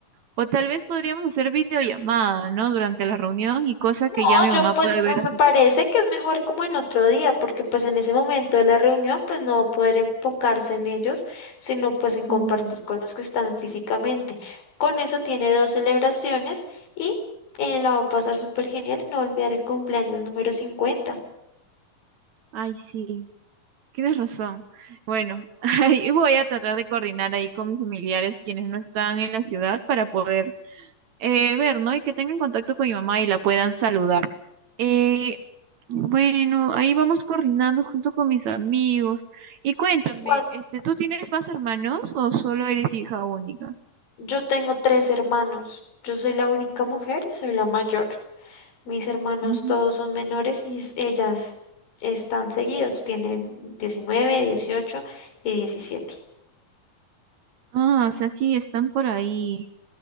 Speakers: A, on the right (about 65°); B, on the left (about 80°).
A: O tal vez podríamos hacer videollamada, ¿no? Durante la reunión y cosa
B: No,
A: que ya mi
B: yo
A: mamá
B: pues
A: puede ver
B: eh, me
A: así
B: parece que es mejor como en otro día, porque pues en ese momento de la reunión pues no va a poder enfocarse en ellos, sino pues en compartir
A: Mm,
B: con los que están físicamente. Con eso tiene dos celebraciones y eh, la va a pasar súper genial y no va a olvidar el cumpleaños número cincuenta
A: ay, sí. Tienes razón. Bueno, <laughs> ahí voy a tratar de coordinar ahí con mis familiares quienes no están en la ciudad para poder eh, ver, ¿no? Y que tengan contacto con mi mamá y la puedan saludar. Eh, bueno, ahí vamos coordinando junto con mis amigos. Y cuéntame,
B: Y cuan-
A: este, ¿tú tienes más hermanos o solo eres hija única?
B: yo tengo tres hermanos, yo soy la única mujer y soy la mayor. Mis hermanos
A: Ujú.
B: todos son menores y s- ellas están seguidos, tienen diecinueve 18 y diecisiete
A: Ah, o sea, sí, están por ahí.